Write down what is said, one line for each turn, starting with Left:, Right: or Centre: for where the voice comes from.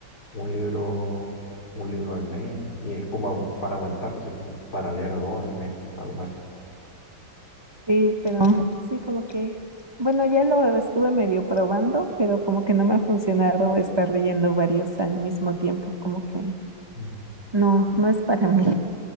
Left: un libro, un libro al mes. Y es como para aumentarlo, así como para leer dos al mes, algo así.
Right: Sí, pero sí, como que, bueno, ya lo estuve medio probando, pero como que no me ha funcionado estar leyendo varios al mismo tiempo, como que
Left: Mm.
Right: no, no es para mí.